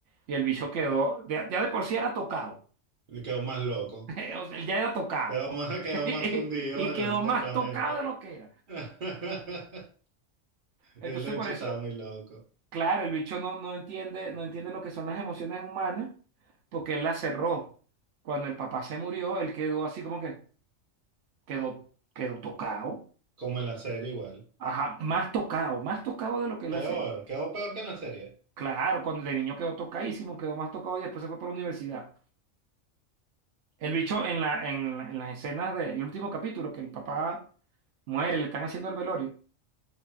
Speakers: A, on the right (about 70°); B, on the right (about 45°).
A: Y el bicho quedó, ya, ya de por sí era tocado.
B: y Quedó más loco.
A: <laughs> O sea, él ya era tocado.
B: Quedó más, <laughs> quedó
A: <laughs>
B: más fundido
A: Y
B: de
A: quedó
B: la, de
A: más
B: la
A: tocado
B: mente.
A: de lo que era.
B: <laughs>
A: Entonces,
B: El hecho
A: por eso,
B: estaba muy loco.
A: claro, el bicho no, no entiende, no entiende lo que son las emociones humanas, porque él las cerró. Cuando el papá se murió, él quedó así como que quedó, quedó tocado
B: Como en la serie igual.
A: Ajá, más tocado, más tocado de lo que es
B: Peor,
A: la serie.
B: quedó peor que en la serie.
A: Claro, cuando de niño quedó tocadísimo, quedó más tocado y después se fue para la universidad. El bicho en la, en, la- en las escenas del último capítulo, que el papá muere, le están haciendo el velorio.